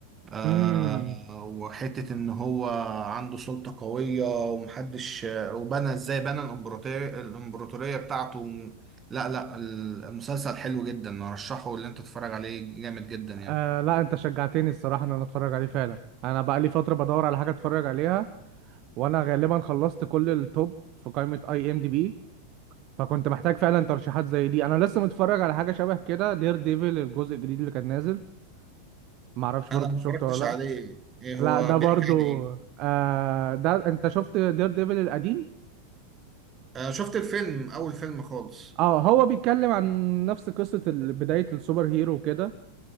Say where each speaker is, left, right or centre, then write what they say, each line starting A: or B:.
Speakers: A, on the right (about 20°); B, on the right (about 40°).
A: آه
B: امم
A: وحتة إن هو عنده سلطة قوية ومحدش وبنى إزاي بنى الإمبراطورية الإمبراطورية بتاعته لا لا المسلسل حلو جدا أرشحه اللي أنت تتفرج عليه جامد جدا يعني
B: آه لا انت شجعتني الصراحة ان انا اتفرج عليه فعلا انا بقى لي فترة بدور على حاجة اتفرج عليها وانا غالبا خلصت كل التوب في قائمة اي ام دي بي فكنت محتاج فعلا ترشيحات زي دي انا لسه متفرج على حاجة شبه كده دير ديفل الجزء الجديد اللي كان نازل معرفش
A: أنا
B: برضه
A: ما
B: شفته
A: اتفرجتش
B: ولا
A: عليه
B: لا
A: إيه
B: لا
A: هو
B: ده برضو
A: بيحكي عن إيه؟
B: آه ده انت شفت دير ديفل القديم
A: أنا شفت الفيلم أول فيلم خالص
B: اه هو بيتكلم عن نفس قصة ال- بداية السوبر هيرو وكده